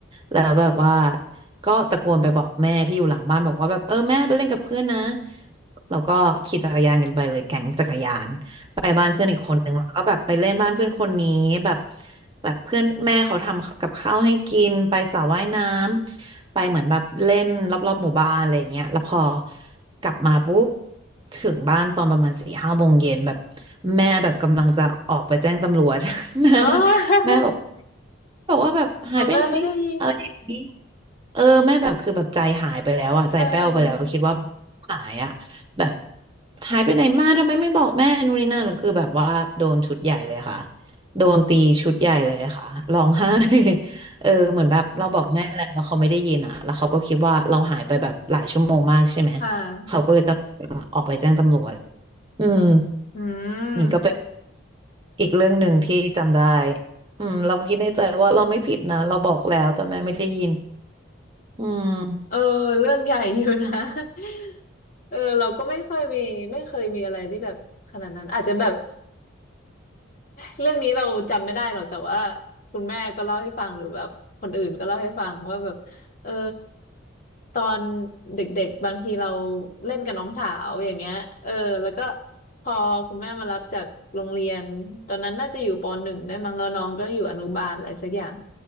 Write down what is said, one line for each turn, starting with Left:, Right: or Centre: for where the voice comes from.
Right: แล้วแบบว่าก็ตะโกนไปบอกแม่ที่อยู่หลังบ้านบอกว่าแบบเออแม่ไปเล่นกับเพื่อนนะแล้วก็ขี่จักรยานกันไปเลยแก๊งจักรยานไปบ้านเพื่อนอีกคนนึงแล้วก็แบบไปเล่นบ้านเพื่อนคนนี้แบบ แบบเพื่อนแม่เขาทำกับข้าวให้กินไปสระว่ายน้ำไปเหมือนแบบเล่นรอบๆหมู่บ้านอะไรอย่างเงี้ยแล้วพอกลับมาปุ๊บถึงบ้านตอนประมาณสี่ห้าโมงเย็นแบบแม่แบบกำลังจะออกไปแจ้งตำรวจ <laughs> แม่
Left: อ๋อ <laughs>
Right: แม่บอกบอกว่าแบบหายไปไหน
Left: เอาแม่ไม่ได้ยิน
Right: อะไรอย่างนี้ เออแม่แบบคือแบบใจหายไปแล้วอ่ะใจแป้วไปแล้วคิดว่า
Left: เออ
Right: หายอ่ะแบบหายไปไหนมาทำไมไม่บอกแม่นู่นนี่นั่นแล้วคือแบบว่าโดนชุดใหญ่เลยค่ะโดนตีชุดใหญ่เลยค่ะร้องไห้ <laughs> เออเหมือนแบบเราบอกแม่แล้วแล้วเขาไม่ได้ยินอ่ะแล้วเขาก็คิดว่าเราหายไปแบบหลายชั่วโมงมากใช่ไหม
Left: ค่ะ
Right: เขาก็เลยก็ออกไปแจ้งตำรวจอืม
Left: อืม
Right: นี่ก็เป็นอีกเรื่องหนึ่งที่จำได้อืมเราก็คิดในใจว่าเราไม่ผิดนะเราบอกแล้วแต่แม่ไม่ได้ยินอืม
Left: เออ เรื่องใหญ่อยู่นะ <laughs> เออ เราก็ไม่ค่อยมีไม่เคยมีอะไรที่แบบขนาดนั้นอาจจะแบบ เรื่องนี้เราจำไม่ได้หรอกแต่ว่าคุณแม่ก็เล่าให้ฟังหรือแบบคนอื่นก็เล่าให้ฟังว่าแบบเออตอนเด็กๆบางทีเราเล่นกับน้องสาวอย่างเงี้ยเออแล้วก็พอคุณแม่มารับจากโรงเรียนตอนนั้นน่าจะอยู่ปหนึ่งได้มั้งแล้วน้องก็อยู่อนุบาลอะไรสักอย่าง